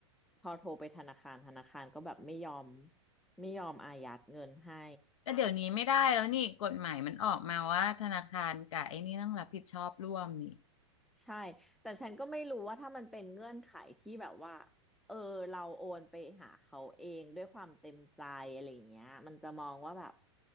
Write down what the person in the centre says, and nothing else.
พอโทรไปธนาคารธนาคารก็แบบไม่ยอมไม่ยอมอายัดเงินให้
ใช่แต่ฉันก็ไม่รู้ว่าถ้ามันเป็นเงื่อนไขที่แบบว่าเออเราโอนไปหาเขาเองด้วยความเต็มใจอะไรอย่างเงี้ยมันจะมองว่าแบบ